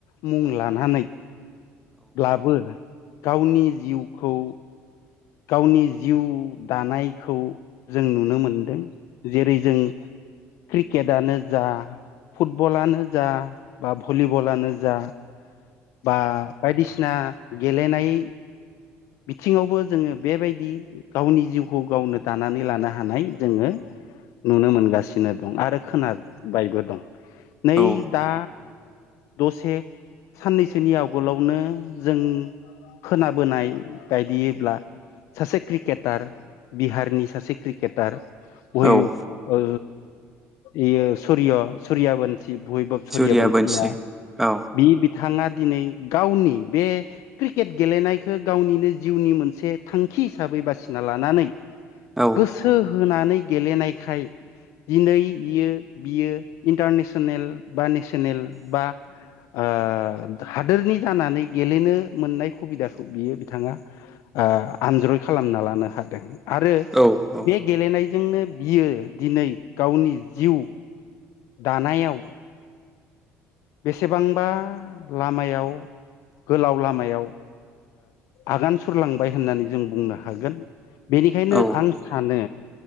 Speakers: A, on the left; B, in the centre.
A: मुं लानानै ब्लाबो गावनि जिउखौ गावनि जिउ दानायखौ जों नुनो मोनदों। जेरै जों क्रिकेटनो जा फुटबलानो जा बा भलिबलानो जा बा बायदिसिना गेलेनाय बिथिङावबो जोङो बेबायदि गावनि जिउखौ गावनो दानानै लानो हानाय जोङो नुनो मोनगासिनो दं आरो खोनाबायबो दं नै
B: औ
A: दा दसे साननैसोनि आवगोलावनो जों खोनाबोनाय बायदिब्ला सासे क्रिकेटार बिहारनि सासे क्रिकेटार बय
B: औ औ
A: ओ इयो सुरिय सुरिया बन सि भैबब
B: सुरिया
A: सरिया बनसिया
B: बोनसि औ
A: बि बिथाङा दिनै गावनि बे क्रिकेट गेलेनायखो गावनिनो जिउनि मोनसे थांखि हिसाबै बासिना लानानै
B: औ
A: गोसो होनानै गेलेनायखाय दिनै इयो बियो इन्टारनेसनेल बा नेसनेल बा ओ हादोरनि जानानै गेलेनो मोननाय खुबिदाखौ बियो बिथाङा ओ आनज्रय खालामना लानो हादों। आरो
B: औ औ
A: बे गेलेनायजोंनो बियो दिनै गावनि जिउ दानायाव बेसेबांबा लामायाव गोलाव लामायाव आगान सुरलांबाय होननानै जों बुंनो हागोन। बेनिखायनो
B: औ
A: आं सानो